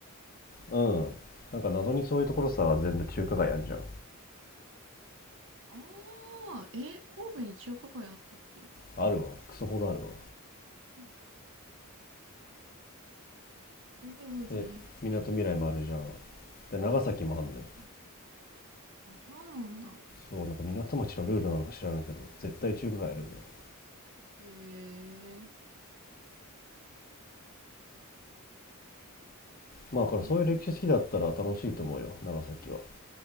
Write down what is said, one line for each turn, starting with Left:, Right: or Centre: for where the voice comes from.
Left: うん。なんか謎にそういうところさ、全部中華街あんじゃん。
Right: ああ、え、神戸に中華街あったっけ
Left: あるわ。クソほどあるわ。
Right: うん全然覚えてない。
Left: で、みなとみらいもあるじゃん。で、長崎もあるんだよ。
Right: うんあ、そうなんだ。
Left: そう、なんか港町のルールなのか知らないけど、絶対中華街あるんだよね。
Right: へえ、
Left: まあ、だからそういう歴史好きだったら楽しいと思うよ、
Right: うん。
Left: 長崎は。